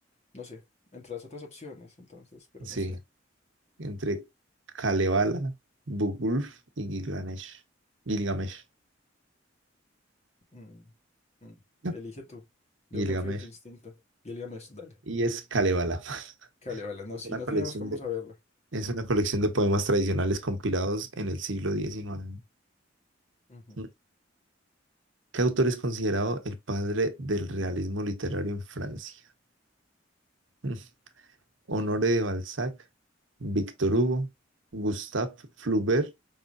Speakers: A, on the left; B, on the right.
A: no sé, entre las otras opciones, entonces, pero
B: Sí,
A: no sé.
B: entre Kalevala, Bugulf y Gilgamesh. Gilgamesh,
A: Mm, mm,
B: no,
A: Elige tú. Yo
B: Gilgamesh.
A: confío en tu instinto. Gilgamesh, dale.
B: Y es Kalevala. <laughs>
A: Cale, vale, no,
B: Es
A: sí,
B: una
A: no
B: colección
A: teníamos cómo
B: de,
A: saberlo.
B: es una colección de poemas tradicionales compilados en el siglo XIX.
A: Ujú.
B: Mm. ¿Qué autor es considerado el padre del realismo literario en Francia? Mm. Honoré de Balzac, Víctor Hugo, Gustave Flaubert,